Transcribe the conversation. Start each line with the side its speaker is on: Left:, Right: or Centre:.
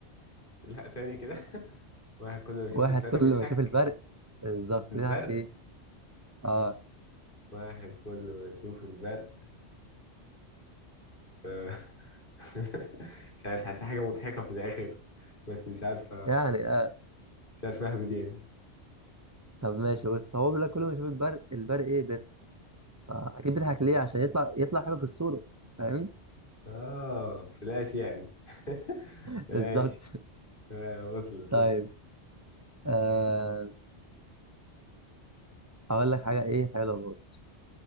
Left: لا تاني كده <laughs> واحد كل ما يشوف
Right: واحد
Left: الفرق
Right: كل
Left: بيضحك
Right: ما يشوف الفرق بالظبط
Left: البرق
Right: بيضحك ليه اه
Left: واحد كل ما يشوف البرق آه، <laughs> مش عارف حاسس حاجة مضحكة في الآخر بس مش عارفة
Right: يعني آه،
Left: مش عارف أهبد يعني
Right: طب ماشي بس هو بيقول لك كل ما يشوف البرق البرق ايه بيضحك فاكيد بيضحك ليه عشان يطلع يطلع حلو في الصوره فاهم
Left: آه فلاش يعني <laughs>
Right: <laughs>
Left: ماشي
Right: بالظبط
Left: آه، وصلت
Right: طيب
Left: وصلت
Right: آه... اقول لك حاجه ايه حلوه برضه